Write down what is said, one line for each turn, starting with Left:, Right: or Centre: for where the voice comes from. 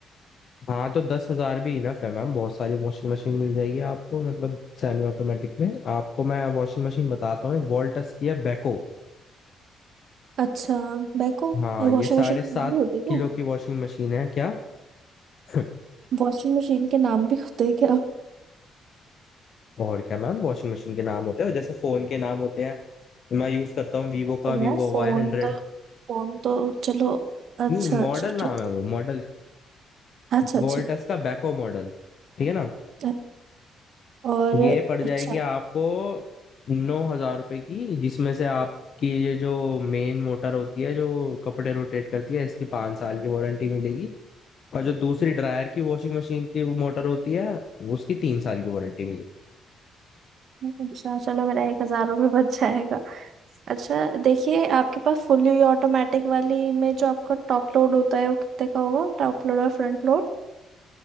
Left: हाँ तो दस हजार भी इनफ है मैम बहुत सारी वॉशिंग मशीन मिल जाएगी आपको मतलब सेमी ऑटोमेटिक में आपको मैं वॉशिंग मशीन बताता हूँ एक वॉल्टस की है बेको
Right: अच्छा बैको
Left: हाँ
Right: ये
Left: ये
Right: वॉशिंग
Left: साढ़े
Right: मशीन
Left: सात
Right: होती
Left: किलो
Right: है
Left: की वॉशिंग मशीन है क्या <laughs>
Right: वॉशिंग मशीन के नाम भी होते हैं क्या
Left: और क्या मैम वॉशिंग मशीन के नाम होते हैं और जैसे फोन के नाम होते हैं मैं यूज करता हूँ वीवो का
Right: ओ यार
Left: वीवो
Right: फोन
Left: वाई हंड्रेड
Right: तो फोन तो चलो अच्छा
Left: नहीं मॉडल
Right: अच्छा
Left: नाम
Right: ठीक
Left: है
Right: है
Left: वो मॉडल
Right: अच्छा अच्छा
Left: वोल्टस का बैको मॉडल ठीक है ना
Right: अ- और
Left: ये पड़ जाएगी
Right: अच्छा
Left: आपको नौ हजार रुपए की जिसमें से आपकी ये जो मेन मोटर होती है जो कपड़े रोटेट करती है इसकी पाँच साल की वारंटी मिलेगी और जो दूसरी ड्रायर की वॉशिंग मशीन की मोटर होती है उसकी तीन साल की वारंटी
Right: अच्छा चलो मेरा एक हजार रुपये बच जाएगा अच्छा देखिए आपके पास फुली ऑटोमेटिक वाली में जो आपका टॉप लोड होता है वो कितने का होगा टॉप लोड और फ्रंट लोड